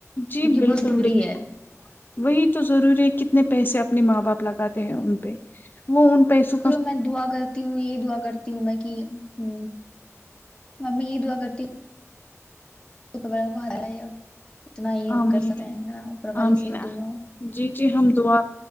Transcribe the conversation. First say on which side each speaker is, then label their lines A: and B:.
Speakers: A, on the left (about 40°); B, on the left (about 20°).
A: جی
B: جو کہ
A: بالکل
B: بہت ضروری
A: بالکل
B: ہے
A: وہی تو ضروری ہے کتنے پیسے اپنے ماں باپ لگاتے ہیں ان پہ وہ پیسو
B: چلو میں دا کرتی ہوں یہی دعا کرتی ہوں میں کہ ہ ممی یہ دعا کرتی ہوں اوپر والے کے حوالے اب اتنا ہی ہم
A: آمین
B: کر سکتے ہیں ا اوپر والے
A: آمین
B: سے ہی دعا
A: جی جی ہم دعا